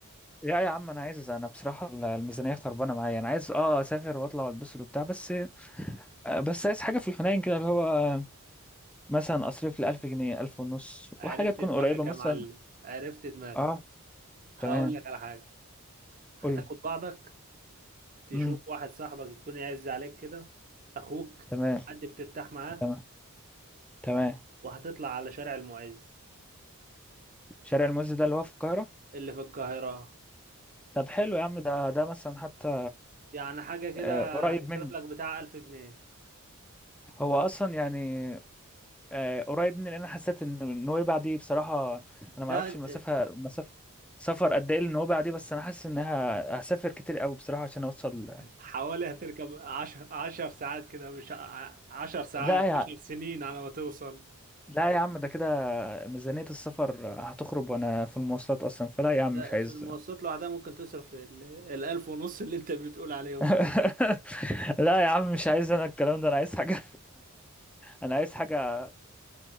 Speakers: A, in the centre; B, on the right (about 35°).
A: لا يا عم انا عايز انا بصراحة الميزانية خربانة معايا انا عايز اه اسافر واطلع والبس وبتاع بس آه، بس عايز حاجة في الحنين كده اللي هو مثلا أصرف لي ألف جنيه ألف ونص
B: عرفت
A: وحاجة تكون
B: دماغك
A: قريبة مثلا
B: يا معلم عرفت دماغك
A: أه
B: هقول
A: تمام
B: لك على حاجة هتاخد
A: قولي
B: بعضك تشوف
A: امم
B: واحد صاحبك يكون يعز عليك كده أخوك
A: تمام
B: حد بترتاح معاه
A: تمام تمام
B: وهتطلع على شارع المعز
A: شارع المعز ده اللي هو في القاهرة
B: اللي في القاهرة
A: طب حلو يا عم ده ده مثلا حتى
B: يعني حاجة كده
A: آه، قريب
B: هتصرف
A: مني
B: لك بتاع ألف جنيه
A: هو أصلا يعني آه، قريب مني لأن أنا حسيت إن نويبع دي بصراحة أنا معرفش
B: لا
A: المسافة مسافة سفر قد إيه لنويبع دي بس أنا حاسس إنها هسافر كتير أوي بصراحة عشان أوصل <laughs>
B: حوالي هتركب عشر عشر ساعات كده مش ع- عشر ساعات
A: لا يا
B: عشر سنين على ما توصل
A: لا يا عم ده كده ميزانية السفر هتخرب وانا في المواصلات اصلا فلا
B: انت
A: يا عم مش عايز
B: في المواصلات لوحدها ممكن تصرف ال- الألف ونص اللي انت بتقول عليهم
A: <laughs>
B: ده
A: لا يا عم مش عايز انا الكلام ده انا عايز حاجة <laughs> انا عايز حاجة